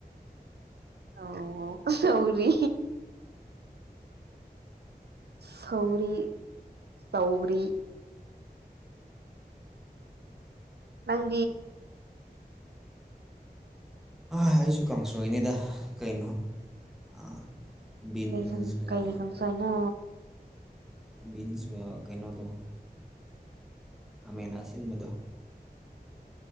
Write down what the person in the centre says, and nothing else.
ꯑ ꯑꯩꯁꯨ ꯀꯥꯡꯁꯣꯏꯅꯤꯗ ꯀꯩꯅꯣ ꯑꯥ ꯕꯤꯤꯟꯁꯀ
ꯕꯤꯟꯁ ꯀꯩꯅꯣꯗꯣ ꯈꯥꯃꯦꯟ ꯑꯁꯤꯟꯕꯗꯣ